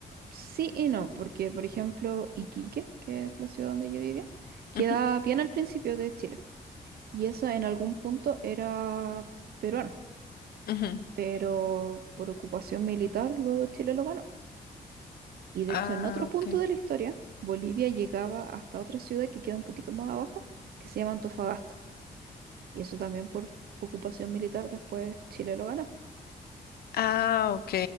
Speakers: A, on the right; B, on the left.
A: sí y no, porque por ejemplo, Iquique, que es la ciudad donde yo vivía, queda
B: Ujú,
A: bien al principio de Chile. Y eso en algún punto era peruano,
B: ujú.
A: pero por ocupación militar luego Chile lo ganó. Y de
B: Ah,
A: hecho, en otro
B: ok.
A: punto de la historia, Bolivia llegaba hasta otra ciudad que queda un poquito más abajo, que se llama Antofagasta. Y eso también por ocupación militar después Chile lo ganó.
B: Ah, ok.